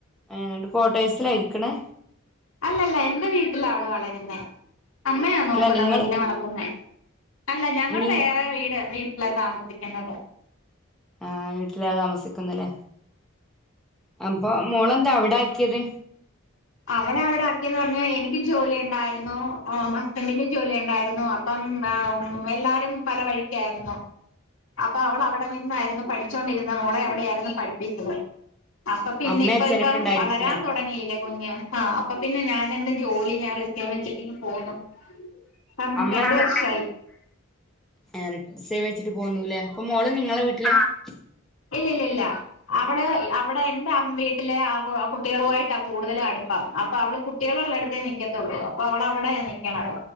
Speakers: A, in the centre; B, on the left.
A: ഏഹ് ന്നട്ട് കോട്ടേഴ്സിലാ ഇരിക്ക്ണെ?
B: അല്ലല്ല എന്റെ വീട്ടിലാ അവൾ വളരുന്നേ. അമ്മയാ നോക്കുന്നെ
A: അല്ല നിങ്ങള്
B: കുഞ്ഞിനെ വളർത്തുന്നെ. അല്ല ഞങ്ങള്
A: ഇനി
B: വേറെ വീട് വീട്ടിലാ താമസിക്കുന്നത്.
A: ആഹ് വീട്ടിലാ താമസിക്കുന്നെ ല്ലേ. അപ്പം മോളെന്താ അവിടാക്കിയത്?
B: അവളെ അവിടെ ആക്കിയേന്ന് പറഞ്ഞാ എനിക്ക് ജോലി ഉണ്ടായിരുന്നു ഓഹ് ഹസ്ബൻന്റിന് ജോലി ഉണ്ടായിരുന്നു. അപ്പം ആഹ് എല്ലാരും പല വഴിക്കായിരുന്നു. അപ്പൊ അവളവിടെ നിന്നായിരുന്നു പഠിച്ചോണ്ടിരുന്നെ. മോളെ അവിടെയായിരുന്നു പഠിപ്പിച്ചത്. അപ്പൊ പിന്നെ
A: അമ്മേ
B: ഇപ്പൊ
A: അച്ഛനൊക്കെ
B: ഇപ്പം
A: ഉണ്ടായിരിക്കൂല്ലേ
B: വളരാൻ തു ടങ്ങിയില്ലേ കുഞ്ഞ്. ഹാ അപ്പൊ പിന്നെ ഞാൻ എന്റെ ജോലി ഞാൻ റി <unintelligible> വച്ചിട്ടിങ്ങ് പോന്നു ഇപ്പം
A: അമ്മക്കെ
B: രണ്ടു വർഷായി.
A: <unintelligible> വെച്ചിട്ട് പോന്നൂല്ലേ അപ്പൊ മോള് നിങ്ങളെ വീട്ടിലാ ആഹ്
B: ഇല്ലില്ല ഇല്ല അവള് അവിടെ എന്റെ വീട്ടിലെ ആഹ് കുട്ടികളുവായിട്ടാ കൂടുതല് അടുപ്പം അപ്പൊ അവള് കുട്ടികളുള്ളടുത്തേ നിക്കത്തുള്ളൂ അപ്പോ അവള് അവിടെയാ നിക്കണത്